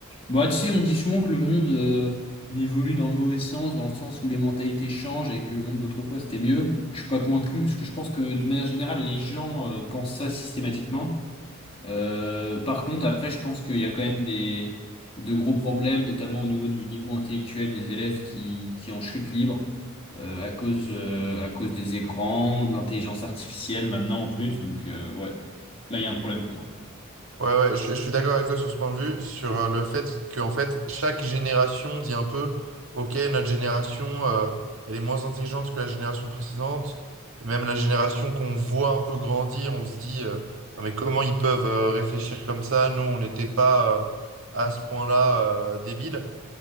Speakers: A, on the left (about 25°); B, on the right (about 75°).
A: Bah, tu sais, on dit souvent que le monde euh, il évolue dans le mauvais sens, dans le sens où les mentalités changent et que le monde d'autrefois c'était mieux. Je suis pas convaincu parce que je pense que de manière générale, les gens euh, pensent ça systématiquement. Euh, par contre, après, je pense qu'il y a quand même des de gros problèmes, notamment au niveau du niveau intellectuel des élèves qui qui en chute libre euh, à cause euh, à cause des écrans, de l'intelligence artificielle maintenant en plus. Donc euh, ouais, là il y a un problème pour moi.
B: Ouais, ouais, je, je suis d'accord avec toi sur ce point de vue, sur euh, le fait que en fait, chaque génération dit un peu, OK, notre génération, euh, elle est moins intelligente que la génération précédente, et même la génération qu'on voit un peu grandir, on se dit, euh, non mais comment ils peuvent euh, réfléchir comme ça? Nous, on n'était pas euh, à ce point-là euh, débiles.